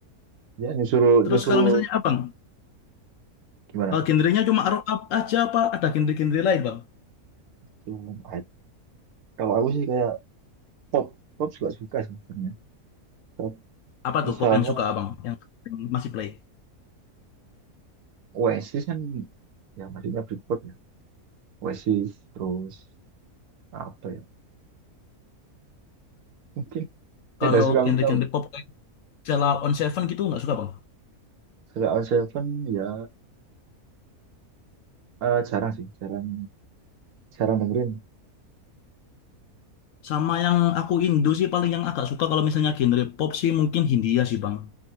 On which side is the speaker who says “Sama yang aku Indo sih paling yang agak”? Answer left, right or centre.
Left